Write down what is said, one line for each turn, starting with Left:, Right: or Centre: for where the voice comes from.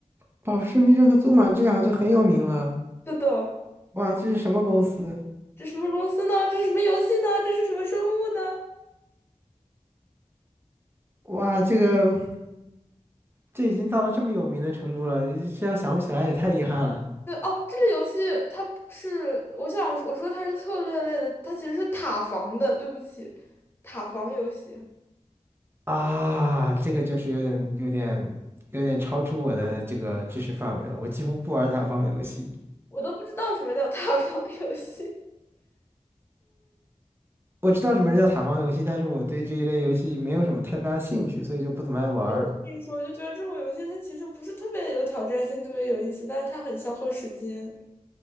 Right: 宝石密侦和祖玛这两个就很有名了。
Left: 是的，
Right: 哇，这是什么公司？
Left: 这什么公司呢？这是什么游戏呢？这是什么生物呢？
Right: 哇，这个这已经到了这么有名的程度了，这要想不起来也太遗憾了
Left: 对，哦，这个游戏它不是，我想我说它是策略类的，它其实是塔防的。对不起，塔防游戏。
Right: 啊！这个就是有点、有点、有点超出我的这个知识范围了。我几乎不玩塔防游戏，
Left: 我都不知道什么叫塌房游戏。<laughs>
Right: 我知道什么是叫塔防游戏，但是我对这一类游戏没有什么太大兴趣，所以就不怎么爱玩儿
Left: 我跟你说，我就觉得这种游戏它其实不是特别有挑战性，特别有意思，但是它很消耗时间。